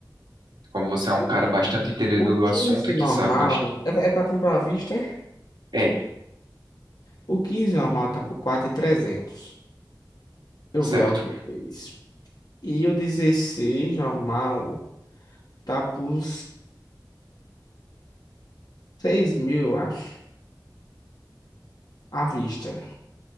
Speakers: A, on the right; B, on the left.
A: Como você é um
B: O
A: cara bastante entendedor
B: o
A: do
B: 15
A: assunto e que
B: normal
A: sabe bastante.
B: é, é pra comprar à vista? é?
A: É,
B: O 15 normal tá por quatro mil e trezentos Eu
A: certo,
B: vi a última vez. E o 16 normal tá por seis mil, eu acho. À vista.